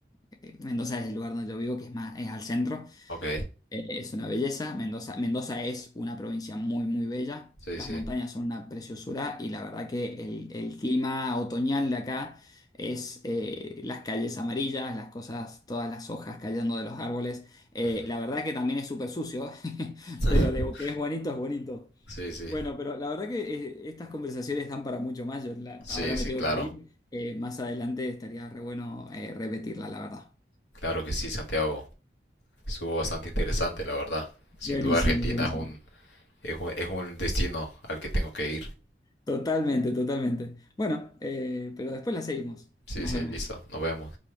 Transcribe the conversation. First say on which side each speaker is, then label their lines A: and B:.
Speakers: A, on the left (about 20°); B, on the left (about 75°).
A: eh, Mendoza es el lugar donde yo vivo, que es más, es al centro.
B: Ok.
A: Eh, Es una belleza. Mendoza, Mendoza es una provincia muy, muy bella.
B: Sí,
A: Las
B: sí.
A: montañas son una preciosura y la verdad que el, el clima otoñal de acá es eh, las calles amarillas, las cosas, todas las hojas cayendo de los árboles. Eh,
B: Ujú.
A: la verdad que también es súper sucio, <laughs>
B: <laughs>
A: pero de que es bonito, es bonito.
B: Sí, sí.
A: Bueno, pero la verdad que eh, estas conversaciones dan para mucho más. Yo la-
B: Sí,
A: ahora
B: sí,
A: me tengo
B: claro.
A: que ir. Eh, más adelante estaría re bueno eh, repetirla, la verdad.
B: Claro que sí, Santiago. Estuvo bastante interesante, la verdad. Sin
A: Buenísimo,
B: duda, Argentina
A: buenísimo.
B: es un, es un, es un destino al que tengo que ir.
A: Totalmente, totalmente. Bueno, eh, pero después la seguimos.
B: Sí,
A: Nos
B: sí,
A: vemos.
B: listo. Nos vemos.